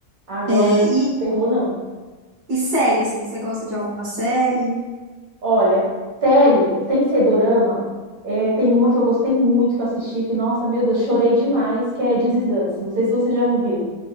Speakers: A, on the right; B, on the right.
A: Agora,
B: É, e,
A: terror não.
B: e série assim, você gosta de alguma série?
A: Olha, série, sem ser dorama, é, tem uma que eu gostei muito que eu assisti, que, nossa, meu Deus, chorei demais, que é This Is Us. Não sei se você já ouviu.